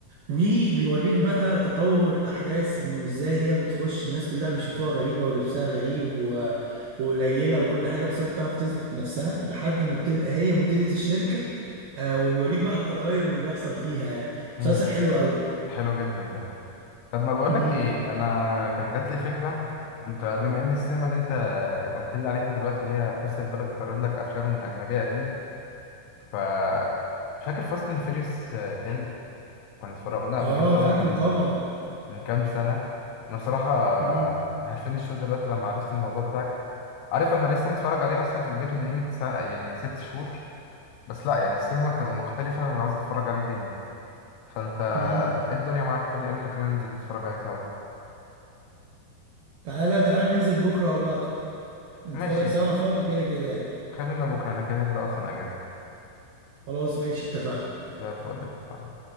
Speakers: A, on the right; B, on the left.
A: وبيوريك بقى تطور الاحداث انه ازاي هي بتخش الناس كلها بيشوفوها غريبه ولبسها غريب و- وقليله وكل حاجه بس هي بتعرف تثبت نفسها لحد ما بتبقى هي مديره الشركه آه وبيوريك بقى التغير اللي بيحصل فيها يعني
B: مم،
A: مسلسل حلو قوي
B: حلو جدا ده طب ما بقولك
A: امم
B: ايه انا كان جات لي فكرة انت بما ان السينما اللي انت قلت لي عليها دلوقتي اللي هي في وسط البلد بتعرض لك افلام اجنبية قديم ف فاكر فاست اند فيريوس 10 كنا اتفرجنا قبل
A: اه
B: كده انا
A: فاكره
B: وانت من
A: طبعا
B: من كام سنة أنا بصراحة
A: امم.
B: مهفني الشو دلوقتي لما عرفت الموضوع بتاعك عارف أنا لسه متفرج عليه أصلا في البيت من قيمة سنة يعني ست شهور بس لأ يعني السينما بتبقى مختلفة وعاوز أتفرج عليه تاني فأنت
A: مم.
B: إيه الدنيا معاك فاضي إمتى كده ننزل نتفرج عليه سوا
A: تعالى تعالى ننزل بكرة أو بعده نتفرج
B: ماشي
A: سوا أنا فاضي كده كده يعني
B: خلينا بكرة أنا كده كده أصلا أجازة
A: خلاص ماشي اتفقنا
B: زي الفل اتفقنا